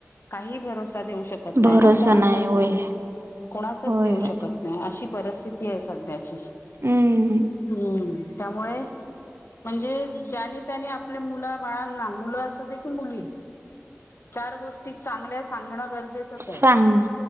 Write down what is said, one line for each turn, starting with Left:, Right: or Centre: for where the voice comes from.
Left: काही भरोसा देऊ शकत नाही
Right: भरोसा
Left: ना, कोणाचाच
Right: होय
Left: नाही, कोणाचाच
Right: होय
Left: देऊ
Right: होय
Left: शकत नाही अशी परिस्थिती आहे सध्याची,
Right: हम्म
Left: हम् त्यामुळे म्हणजे ज्याने- त्याने आपल्या मुला बाळांना मुलं असू दे की मुली चार गोष्टी चांगल्या सांगणं गरजेचंच
Right: सांग
Left: आहे,
Right: ना